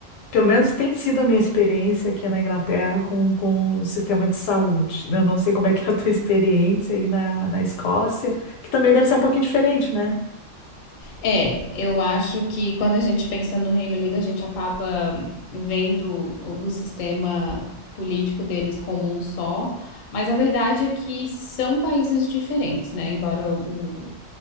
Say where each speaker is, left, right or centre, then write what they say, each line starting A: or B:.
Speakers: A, on the left; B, on the left.
A: Pelo menos tem sido a minha experiência aqui na Inglaterra com, com o sistema de saúde. Eu não sei como é que é a tua <laughs> experiência aí na, na Escócia, que também deve ser um pouquinho diferente, né?
B: É, eu acho que quando a gente pensa no Reino Unido, a gente acaba vendo o o sistema político deles como um só, mas a verdade é que são países diferentes, né? Embora o,